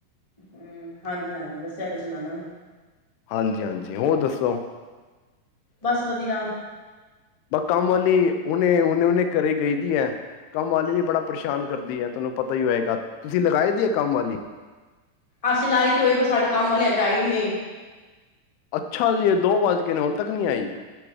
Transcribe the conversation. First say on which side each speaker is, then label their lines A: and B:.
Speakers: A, on the left; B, on the left.
A: ਹਮ ਹਾਂਜੀ ਹਾਂਜੀ ਦੱਸਿਆ ਤੁਸੀਂ ਮੈਨੂੰ
B: ਹਾਂਜੀ ਹਾਂਜੀ ਹੋਰ ਦੱਸੋ
A: ਬਸ ਵਧੀਆ
B: ਬਸ ਕਾਮਵਾਲੀ
A: ਹੋਰ
B: ਉਹਨੇ ਹੁਣ ਨ ਉਹਨੇ ਘਰੇ ਗਈ ਦੀ ਹੈ ਕੰਮ ਵਾਲੀ ਵੀ ਬੜਾ ਪਰੇਸ਼ਾਨ ਕਰਦੀ ਹੈ ਤੁਹਾਨੂੰ ਪਤਾ ਹੀ ਹੋਏਗਾ ਤੁਸੀਂ ਲਗਾਏ ਦੀ ਹੈ ਕੰਮ ਵਾਲੀ
A: ਅਸੀਂ ਲਾਾਈ ਤੇ ਹੋਏ ਬ ਸਾਡੇ ਕੰਮ ਵਾਲੀ ਆਜ ਆਈ ਨਹੀਂ
B: ਅੱਛਾ ਜੀ ਇਹ ਦੋ ਵੱਜ ਕੇ ਨੇ ਹੁਣ ਤੱਕ ਨਹੀਂ ਆਈ